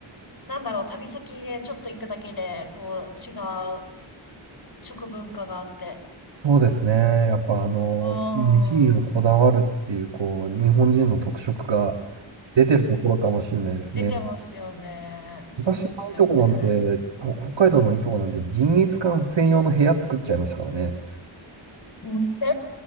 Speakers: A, on the left (about 45°); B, on the right (about 60°).
A: なんだろう、旅先でちょっと行くだけで、こう、違う食文化があって。
B: そうですね。やっぱあの、
A: うーん。
B: 飯にはこだわるっていう、こう、日本人の特色が出てるところかもしれないですね。
A: 出てますよね。そうですよね。
B: 私のいいとこなんて、ほ北海道のいいとこなんて、ジンギスカン専用の部屋作っちゃいましたからね。
A: うんえ、